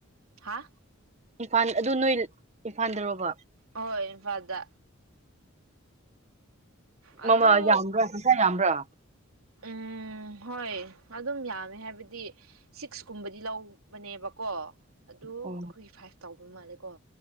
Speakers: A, on the right (about 85°); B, on the right (about 30°).
A: ꯍꯥ
B: ꯏꯝꯐꯥꯜ ꯑꯗꯨ ꯅꯣꯏ ꯏꯝꯐꯥꯜꯗꯔꯣꯕ
A: ꯍꯣꯏ ꯏꯟꯐꯥꯜꯗ ꯑꯗꯨ
B: ꯃꯃ ꯌꯥꯝꯗꯁ ꯌꯥꯝ ꯍꯥ꯭ꯔꯥ
A: ꯎꯝ ꯍꯣꯏ ꯑꯗꯨꯝ ꯌꯥꯝꯃꯦ ꯍꯥꯏ ꯍꯥꯏꯗꯤ ꯁꯤꯁ ꯀꯨꯝꯕꯗꯤ ꯂꯧꯕꯅꯦꯕ ꯀꯣ ꯑꯗꯨ
B: ꯑꯣ
A: ꯑꯩꯈꯣꯏꯒꯤ ꯐꯥꯏꯚ ꯇꯥꯎꯕ ꯃꯥꯜꯂꯦ ꯀꯣ